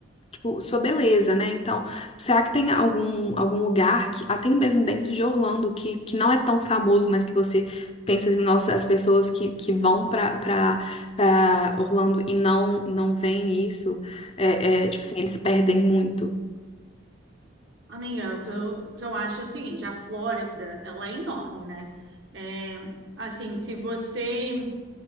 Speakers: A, on the left (about 30°); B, on the right (about 65°).
A: tipo, sua beleza, né? Então, será que tem algum, algum lugar que, até mesmo dentro de Orlando, que, que não é tão famoso, mas que você pensa assim, nossa, as pessoas que, que vão pra, pra, pra Orlando e não, não veem isso, é, é, tipo assim, eles perdem muito.
B: Amiga, o que eu, o que eu acho é o seguinte, a Flórida, ela é enorme, né? É, assim, se você